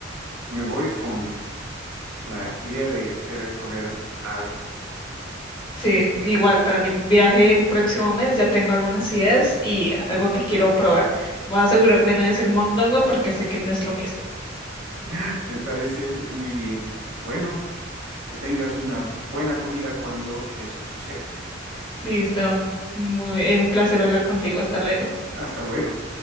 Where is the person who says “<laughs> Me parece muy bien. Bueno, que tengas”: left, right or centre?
Right